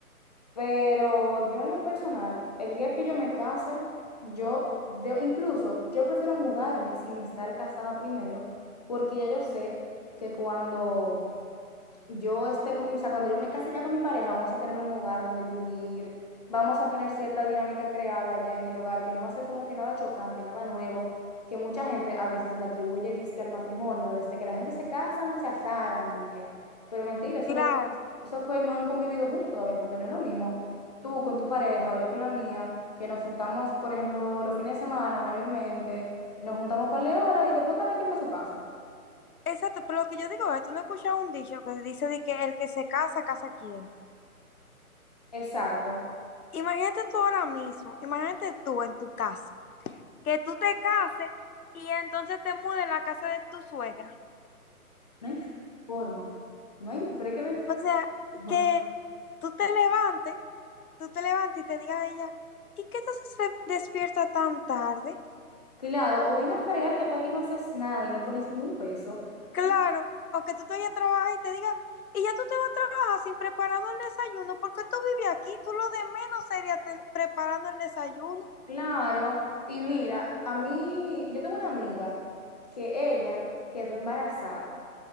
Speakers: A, on the left; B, on the left.
A: Pero yo en lo personal, el día que yo me case, yo, de- incluso, yo prefiero mudarme sin estar casada primero, porque ya yo sé que cuando yo esté con mi, o sea, cuando yo me case ya con mi pareja, vamos a tener un hogar donde vivir, vamos a tener cierta dinámica creada ya en el hogar, que no va a ser como que nada chocante, nada nuevo, que mucha gente a veces se lo atribuye, diste al matrimonio, desde que la gente se casan, se asaran, y que, pero mentira, eso,
B: Claro.
A: lo- eso que no han convivido juntos todavía, porque no es lo mismo tú con tu pareja o yo con la mía, que nos juntamos, por ejemplo, los fines de semana mayormente, nos juntamos para la hora y después cada quien para su casa.
B: Exacto, pero lo que yo digo es, tú no escuchas un dicho que dice de que el que se casa, casa quién.
A: Exacto.
B: Imagínate tú ahora mismo, imagínate tú en tu casa, que tú te cases y entonces te mudes en la casa de tu suegra.
A: No hay forma. No hay, pero es que no hay
B: O sea,
A: forma.
B: que tú te levantes, tú te levantes y te digas a ella, ¿y qué te haces fe- despierta tan tarde?
A: Claro, o ven a fregar que tú aquí no haces nada y no pones ni un peso.
B: Claro,
A: Tú-
B: o que tú te vayas a trabajar y te digas, y ya tú te vas a trabajar sin preparando el desayuno, porque tú vives aquí, tú lo de menos sería ten- preparando el desayuno.
A: Claro. Y mira, a mí, yo tengo una amiga que ella quedó embarazada,